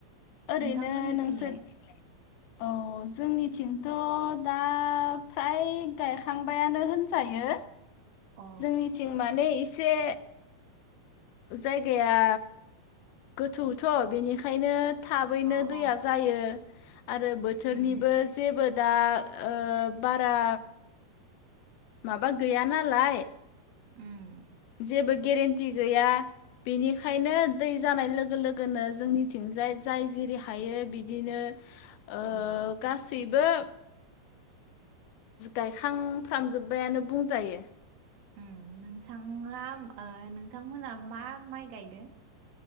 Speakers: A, on the left (about 80°); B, on the right (about 70°).
A: ओरैनो
B: नोंथांमोननिथिंलाय
A: नोंसोर थिं औ जोंनिथिंथ दा फ्राय गायखांबायानो होनजायो
B: अ
A: जोंनिथिं माने इसे जायगाया गोथौ थ बेनिखायनो थाबैनो
B: अ
A: दैया
B: अ
A: जायो आरो बोथोरनिबो
B: उम
A: जेबो दा ओ बारा माबा गैया नालाय
B: ओम
A: जेबो गेरेन्टि गैया बिनिखायनो दै जानाय लोगो लोगोनो जोंनिथिंजाय जाय जिरि हायो बिदिनो ओ
B: उम
A: गासै गासैबो गायखांफ्रामजोब्बायानो बुंजायो
B: ओम नोंथाङा ओ नोंथांमोना मा माइ गायदों